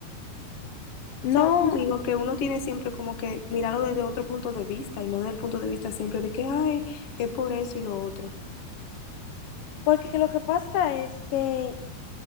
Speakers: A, on the left; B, on the left.
A: o
B: no,
A: sea, yo digo que uno tiene siempre como que mirarlo desde otro punto de vista y no desde el punto de vista siempre de que, ay, es por eso y lo otro.
B: porque lo que pasa es que